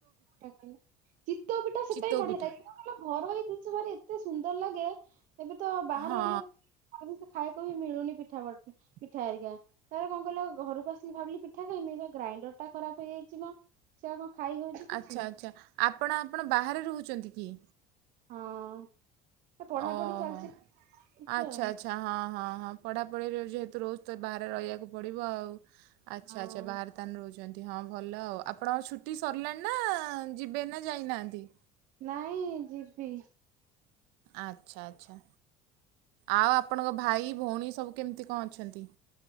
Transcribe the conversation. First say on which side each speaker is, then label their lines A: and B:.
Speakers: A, on the right; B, on the right.
A: ହଁ ଚିତଉ ପିଠା ସେଟା
B: ଚିତଉ
A: ବି ବଢିଆ
B: ପିଠା
A: ଲାଗେ। ଘରୋଇ ଜିନିଷ ଭାରି ଏତେ ସୁନ୍ଦର ଲାଗେ ଏବେ ତ ବାହାର
B: ହଁ
A: ରହିଲେ। ଆଜି ମତେ ଖାଇବାକୁ ହିଁ ମିଳୁନି ପିଠା <unintelligible> ପିଠା ହେରିକା। ତାରେ କଣ କହିଲ ଘରକୁ ଆସିଲି ଭାବିଲି ପିଠା ଖାଇମି ଗ୍ରାଇଣ୍ଡର ଟା ଖରାପ ହେଇଯାଇଛି ମ ସେ ଆ କଣ ଖାଇ ହଉଛି କିଛି
B: ଆଚ୍ଛା ଆଚ୍ଛା ଆପଣ ଆପଣ ବାହାରେ ରହୁଛନ୍ତି କି?
A: ହଁ ଏ ପଢାପଢି
B: ଓହୋ
A: ଚାଲିଛି କରୁଛି
B: ଆଚ୍ଛା
A: ଆଉ
B: ଆଚ୍ଛା ହଁ ହଁ ହଁ। ପଢ଼ାପଢ଼ିରେ ଯେହେତୁ ରୋଜ ତ ବାହାରେ ରହିବାକୁ ପଡ଼ିବ ଆଉ। ଆଚ୍ଛା
A: ହଁ
B: ଆଚ୍ଛା ବାହାରେ ଦତାନ ରହୁଛନ୍ତି ହଁ ଭଲ ଆଉ ଆପଣ ଛୁଟି ସରିଲାଣି ନା ଯିବେ ନା ଯାଇନାହାନ୍ତି।
A: ନାଇଁ ଯିବି।
B: ଆଚ୍ଛା ଆଚ୍ଛା ଆଉ ଆପଣଙ୍କ ଭାଇ ଭଉଣୀ ସବୁ କେମିତି କଣ ଅଛନ୍ତି?